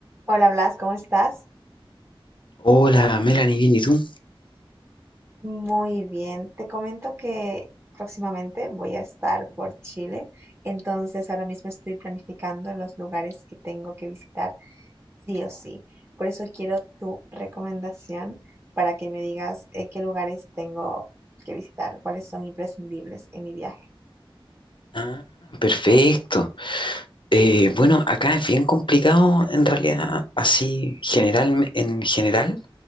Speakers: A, on the right; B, on the left.
A: Hola Blas, ¿cómo estás?
B: Hola, Melanie, bien, ¿y tú?
A: Muy bien. Te comento que próximamente voy a estar por Chile, entonces ahora mismo estoy planificando los lugares que tengo que visitar sí o sí. Por eso quiero tu recomendación para que me digas eh, qué lugares tengo que visitar, cuáles son imprescindibles en mi viaje.
B: Ah, perfecto. Eh, bueno, acá es bien complicado en realidad, así general, en general,